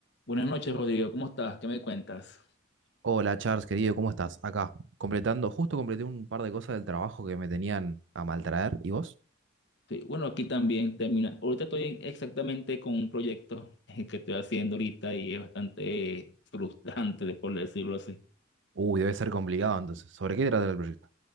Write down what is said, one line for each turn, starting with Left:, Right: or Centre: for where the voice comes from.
Left: Buenas noches, Rodrigo. ¿Cómo estás? ¿Qué me cuentas?
Right: Hola Charles, querido, ¿cómo estás? Acá, completando, justo completé un par de cosas del trabajo que me tenían a maltraer. ¿Y vos?
Left: Sí, bueno, aquí también termina. Ahorita estoy exactamente con un proyecto eh, que estoy haciendo ahorita y es bastante eh, frustrante, de- por decirlo así.
Right: Uy, debe ser complicado entonces. ¿Sobre qué trata el proyecto?